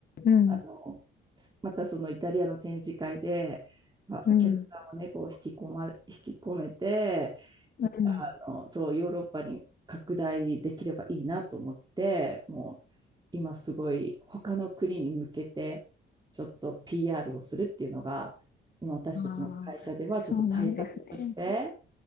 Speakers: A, on the left (about 50°); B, on the right (about 20°).
A: うん。
B: あの、またそのイタリアの展示会で、まあ、
A: うん。
B: お客さんをね、こう引き込まれ、引き込めて、
A: うん。
B: あの、そう、ヨーロッパに拡大できればいいなと思って、もう今すごい他の国に向けて、ちょっと PR をするっていうのが、今私たちの会社ではちょっと対策として、
A: ああ、そうなんですね。